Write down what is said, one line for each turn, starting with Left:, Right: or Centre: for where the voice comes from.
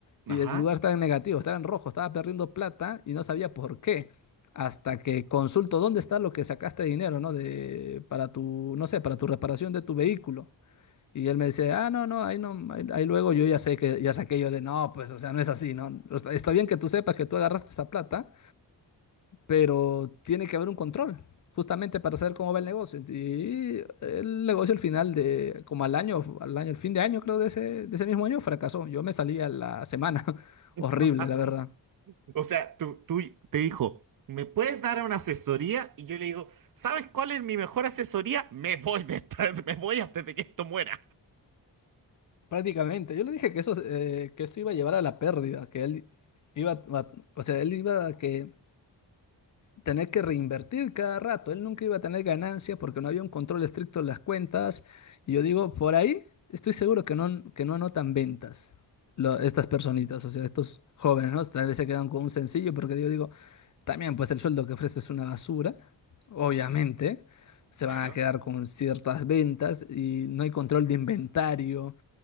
Left: y
Right: Ajá.
Left: el lugar estaba en negativo, estaba en rojo, estaba perdiendo plata y no sabía por qué. Hasta que consulto dónde está lo que sacaste de dinero, ¿no? De, para tu, no sé, para tu reparación de tu vehículo. Y él me dice, ah, no, no, ahí no, ahí, ahí luego yo ya sé que, ya saqué yo de, no, pues, o sea, no es así, ¿no? O sea, Está bien que tú sepas que tú agarraste esa plata, pero tiene que haber un control, justamente para saber cómo va el negocio. Y el negocio al final de, como al año, al año, el fin de año, creo, de ese, de ese mismo año, fracasó. Yo me salí a la semana. <laughs>
Right: <laughs>
Left: Horrible, la verdad.
Right: O sea, tú, tú te dijo, ¿me puedes dar una asesoría? Y yo le digo, ¿sabes cuál es mi mejor asesoría? Me voy de esta- <laughs> me voy antes de que esto muera.
Left: Prácticamente. Yo le dije que eso, eh, que eso iba a llevar a la pérdida, que él iba, a- o sea, él iba a que tener que reinvertir cada rato. Él nunca iba a tener ganancias porque no había un control estricto de las cuentas. Y yo digo, por ahí estoy seguro que no, que no anotan ventas lo- estas personitas, o sea, estos jóvenes, ¿no? Tal vez se quedan con un sencillo porque yo digo, también pues el sueldo que ofrece es una basura, obviamente. Se
Right: Claro.
Left: van a quedar con ciertas ventas y no hay control de inventario.